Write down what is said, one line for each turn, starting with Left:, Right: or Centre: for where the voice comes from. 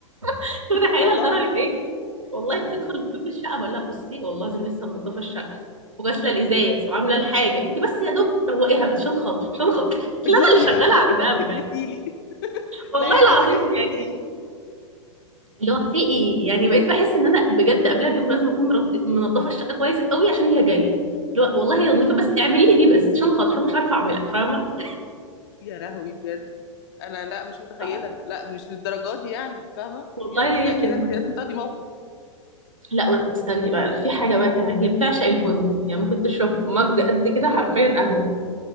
Right: <laughs> انت متخيله
Left: والله
Right: لدرجه ايه والله بتدخل باب الشقه بقول لها بصي والله لازم لسه منضفه الشقه وغاسله الازاز وعامله الحاجه انت بس يا دوب روقيها بس عشان خاطر عشان خاطر <laughs>
Left: ارجوكي
Right: لا انا اللي شغاله
Left: ارجوكي
Right: عندها
Left: بس
Right: بجد
Left: تكنسيلي
Right: والله
Left: لا يا
Right: العظيم
Left: لا ما ضايقكيش
Right: يعني اللي هو في ايه يعني بقيت بحس ان انا بجد قبلها بيوم لازم اكون مرت- منضفه الشقه كويس قوي عشان هي جايه اللي هو والله هي نظيفه بس اعملي لي دي بس عشان خاطر عشان مش عارفه اعملها فاهمه
Left: يا لهوي بجد انا لا مش متخيله
Right: آه.
Left: لا مش للدرجات دي يعني فاهمه
Right: والله
Left: يعني
Right: هي
Left: ده
Right: كده
Left: كده انت لازم تاخدي موقف
Right: لا استني بقى في حاجه بقى كمان هي بتعشق البن يعني ممكن تشرب مج قد كده حرفيا قهوه